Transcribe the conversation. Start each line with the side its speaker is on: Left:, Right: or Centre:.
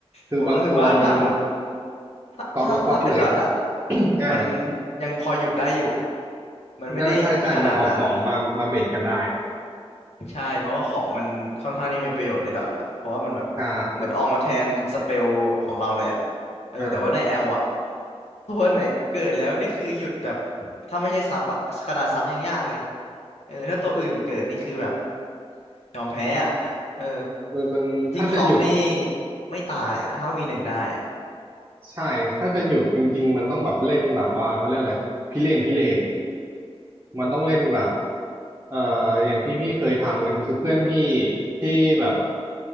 Right: คือบางตัวมัน
Left: ผมรู้สึกว่าถ้าหมดถ้าถ้าถ้าเป็นดอทอะ
Right: ก๊อตแล้วก๊อตเลย <coughs> อ่า
Left: มันยังพอหยุดได้อยู่มันไม่ได้ขนาดนั้น
Right: อ่าใช่ใช่มันออกของมามาเบรกกันได้
Left: ใช่เพราะว่าของมันค่อนข้างนี่มีประโยชน์ในดอทอะเพราะว่ามันแบบเหมือนออกมาแทนสเปลของเราเลยอะ
Right: ใช่
Left: เออแต่ว่าในแอลอะ
Right: อ่า
Left: ตัวไหนเกิดแล้วนี่คือหยุดแบบถ้าไม่ใช่ซับอะขนาดซับยังยากเลยเออถ้าตัวอื่นเกิดนี่คือแบบยอมแพ้อะเออ
Right: คือมันถ้าจะหยุด
Left: ยิงท็อปนี่ไม่ตายอะห้าวีหนึ่งได้อะ
Right: ใช่ ถ้าจะหยุดจริงๆมันต้องแบบเล่นแบบว่าเขาเรียกอะไรพิเรนพิเรน มันต้องเล่นแบบเอ่ออย่างที่พี่เคยทำกันก็คือเพื่อนพี่ที่แบบ